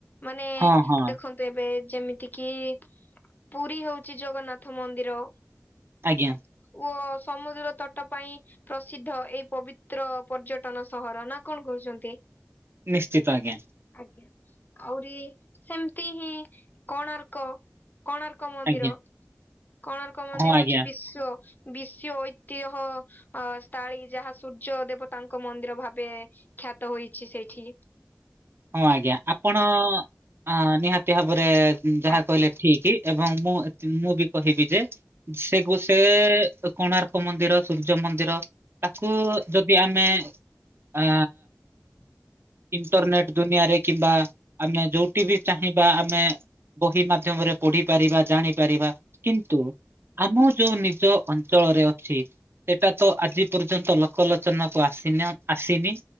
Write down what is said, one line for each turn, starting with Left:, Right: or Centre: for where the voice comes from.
Left: ମାନେ
Right: ହଁ ହଁ
Left: ଦେଖନ୍ତୁ ଏବେ ଯେମିତି କିି ପୁରୀ ହଉଚି ଜଗନ୍ନାଥ ମନ୍ଦିର
Right: ଆଜ୍ଞା।
Left: ଓ ସମୁଦ୍ର ତଟ ପାଇଁ ପ୍ରସିଦ୍ଧ ଏଇ ପବିତ୍ର ପର୍ଯ୍ୟଟନ ସହର ନା କଣ କହୁଚନ୍ତି?
Right: ନିଶ୍ଚିତ ଆଜ୍ଞା
Left: ଆଜ୍ଞା ଆହୁରି ହେମତି ହିଁ କୋଣାର୍କ କୋଣାର୍କ ମନ୍ଦିର।
Right: ଆଜ୍ଞା
Left: କୋଣାର୍କ ମନ୍ଦିର
Right: ହଁ
Left: ହଉଚି
Right: ଆଜ୍ଞା
Left: ବିଶ୍ଵ ବିଶଓଐତିହ୍ୟ ଅ ସ୍ଥାଳୀ ଯାହା ସୂର୍ଯ୍ୟ ଦେବତାଙ୍କ ମନ୍ଦିର ଭାବେ ଖ୍ୟାତ ହୋଇଛି ସେଇଠି।
Right: ହଁ ଆଜ୍ଞା ଆପଣ ଅ- ନିହାତି ଭାବରେ ଯାହା
Left: ଆଜ୍ଞା।
Right: କହିଲେ ଠିକି ଏବଂ ମୁଁ ମୁଁ ବି କହିବି ଯେ ସେ ଗୋ ସେ-କୋଣାର୍କ ମନ୍ଦିର ସୂର୍ଯ୍ୟ ମନ୍ଦିର ତାକୁ ଯଦି ଆମେ ଆ
Left: <unintelligible>
Right: ଇଣ୍ଟରନେଟ ଦୁନିଆରେ କିମ୍ବା ଆମେ ଯୋଉଟି ବି ଚାହିଁବା ଆମେ ବହି ମାଧ୍ୟମରେ ପଢିପାରିବା ଜାଣିପାରିବା କିନ୍ତୁ ଆମ ଯୋଉ ନିଜ ଅଞ୍ଚଳରେ ଅଛି ସେଇଟା ତ ଆଜି ପର୍ଯ୍ୟନ୍ତ ଲୋକଲୋଚନକୁ ଆସିନ ଆସିନି